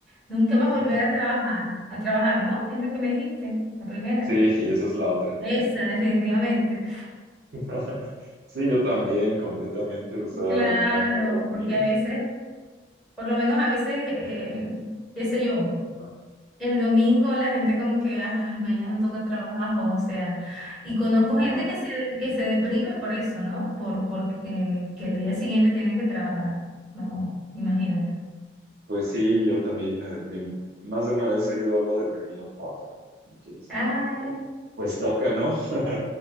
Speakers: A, in the centre; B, on the right.
A: Nunca más volver
B: <laughs>
A: a trabajar. A trabajar, ¿no? Es lo que me dijiste, la primera.
B: Sí, y esa es la otra.
A: Esa, definitivamente. <laughs>
B: <laughs> Sí, yo también, completamente, o sea,
A: Claro,
B: me encanta dormir.
A: porque a veces, por lo menos a veces, eh, qué sé yo.
B: Ajá.
A: El domingo la gente como que, ay, mañana toca trabajo, o sea, y conozco
B: Ajá.
A: gente que se, que se deprime por eso, ¿no? Por, por eh, que el día siguiente tienen que trabajar. No, imagínate.
B: Pues sí, yo también me deprimo. Más de una vez he ido algo deprimido a trabajar. No quiero estar.
A: Ah, eh.
B: pero, Pues toca, ¿no? <laughs>